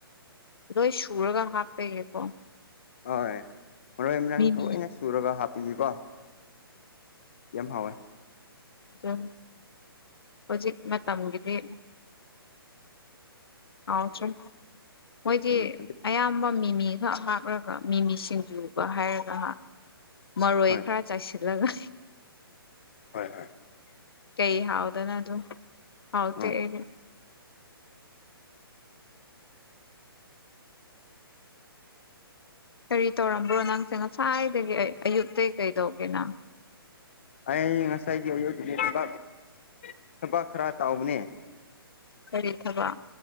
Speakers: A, on the left; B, on the left.
A: ꯂꯣꯏ ꯁꯨꯔꯒ ꯍꯥꯞꯄꯒꯦꯀꯣ
B: ꯍꯣꯏ ꯃꯔꯣꯏ ꯃꯔꯥꯡ
A: ꯃꯤꯃꯤ
B: ꯂꯣꯏꯅ ꯁꯨꯔꯒ ꯍꯥꯞꯄꯤꯌꯀꯣ ꯌꯥꯝ ꯍꯥꯎꯋꯥꯦ
A: ꯑ ꯍꯧꯖꯤꯛ ꯃꯇꯝꯒꯤꯗꯤ ꯑꯥꯎꯁꯦ ꯃꯣꯏꯗꯤ
B: ꯎꯝ
A: ꯑꯌꯥꯝꯕ ꯃꯤꯃꯤꯒ ꯀꯔꯒ ꯃꯤꯃꯤ ꯁꯤꯡꯖꯨꯕ ꯍꯥꯏꯔꯒ ꯃꯔꯣꯏ
B: ꯍꯣꯏ
A: ꯈꯔ ꯆꯥꯏꯁꯤꯜꯂꯒ
B: ꯍꯣꯏ ꯍꯣꯏ
A: ꯀꯩ ꯍꯥꯎꯗꯅ ꯑꯗꯨ ꯍꯥꯎ
B: ꯎꯝ
A: ꯇꯗꯤ ꯀꯔꯤ ꯇꯧꯔꯝꯕ꯭ꯔꯣ ꯅꯪꯁꯦ ꯉꯁꯥꯏꯗꯒꯤ ꯑꯌꯨꯛꯇꯇꯩꯒꯤ ꯀꯩꯗꯧꯒꯦꯅꯪ
B: ꯑꯩ ꯉꯁꯥꯏꯒꯤ ꯑꯌꯒꯤ ꯊꯕꯛ ꯊꯕꯛ ꯈꯔ ꯇꯥꯎꯕꯅꯦ
A: ꯀꯔꯤ ꯊꯕꯥꯛ